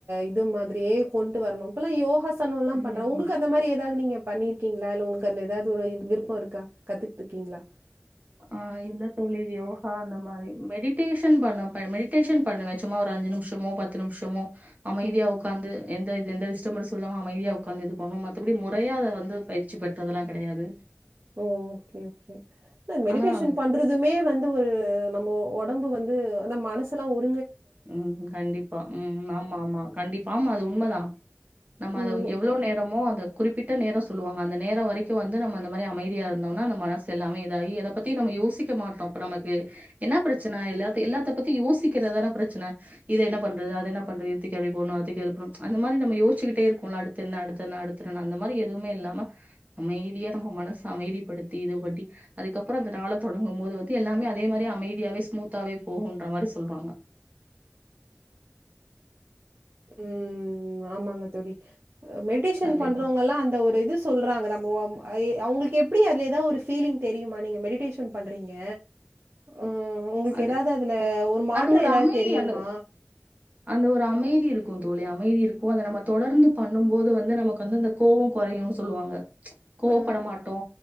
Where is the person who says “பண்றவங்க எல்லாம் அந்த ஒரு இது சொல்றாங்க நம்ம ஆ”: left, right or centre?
Right